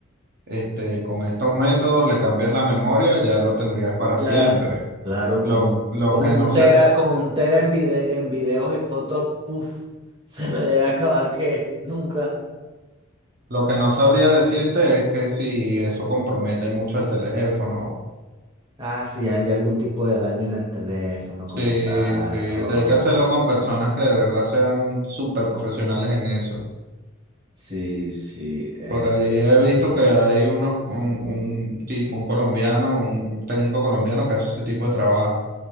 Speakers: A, on the right; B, on the right.
A: este, con estos métodos le cambias la memoria, ya lo tendrías para
B: Ya,
A: siempre.
B: claro,
A: Lo,
B: con,
A: lo
B: con
A: que
B: un
A: no sé,
B: tera,
A: s-
B: con un tera en vide- en videos y fotos, puff se me debe acabar que nunca.
A: lo que no sabría decirte es que si eso compromete mucho el teléfono.
B: Ah, si hay algún tipo de daño en el teléfono como
A: Sí,
B: tal.
A: sí,
B: Oh,
A: hay que hacerlo con personas que de verdad sean súper profesionales en eso.
B: sí, sí, es
A: Por ahí
B: cierto,
A: he visto
B: tienes razón.
A: que hay unos, un, un tipo, un colombiano, un técnico colombiano que hace ese tipo de trabajo.